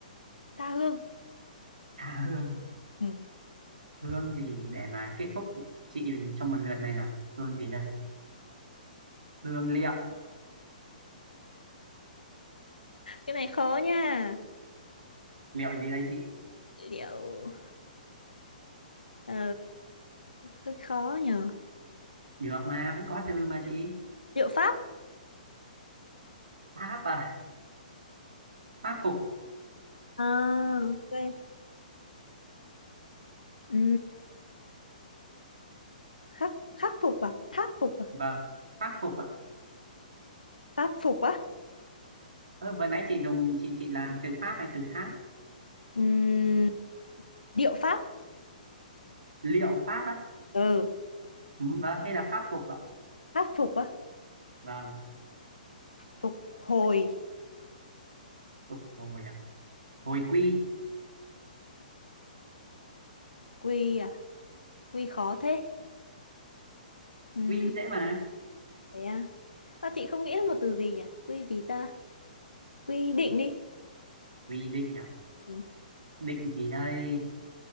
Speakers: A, on the left (about 75°); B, on the right (about 60°).
A: tha hương
B: tha hương
A: Ừ.
B: hương gì để mà kết thúc chị trong một lượt này nào hương gì đây hương liệu
A: cái này khó nha
B: liệu gì đây chị
A: liệu ờ, hơi khó nhờ
B: được mà vẫn có từ mà chị
A: liệu pháp
B: À, pháp à pháp phục
A: à, ok ừ. khắc khắc phục à tháp phục à
B: vâng pháp phục ạ
A: pháp phục á
B: Ơ, vừa nãy chị dùng chị chị làm từ pháp này từ tháp
A: Ừm, điệu pháp
B: liệu pháp á
A: ừ
B: ừ, vâng đây là pháp phục ạ
A: pháp phục á
B: vâng
A: phục hồi
B: phục hồi à hồi quy
A: quy à quy khó thế Ừm,
B: quy cũng dễ mà
A: thế à ta chị không nghĩ ra một từ gì nhỉ quy gì ta quy định đi
B: quy định à
A: Ừ,
B: định gì đây